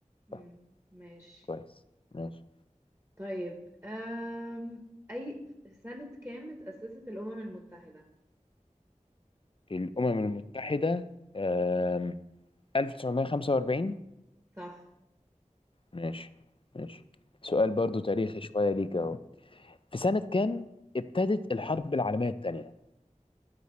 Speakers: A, on the right; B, on the left.
A: مم.
B: صح
A: ماشي
B: كويس ماشي
A: طيب أم... أي سنة كام اتأسست الأمم المتحدة؟
B: الأمم المتحدة آم، 1945
A: صح
B: ماشي ماشي سؤال برضو تاريخي شوية ليك أهو في سنة كام ابتدت الحرب العالمية التانية؟